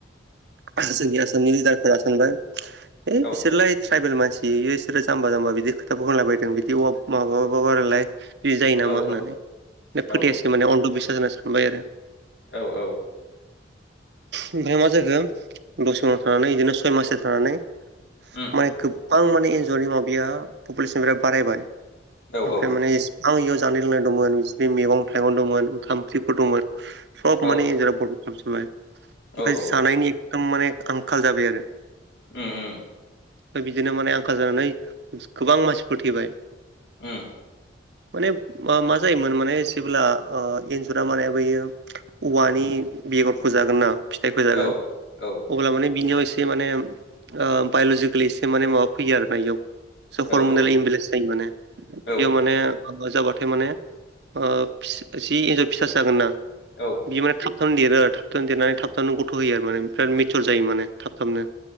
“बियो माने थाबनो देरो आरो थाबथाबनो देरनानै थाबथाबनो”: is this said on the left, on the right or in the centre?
Right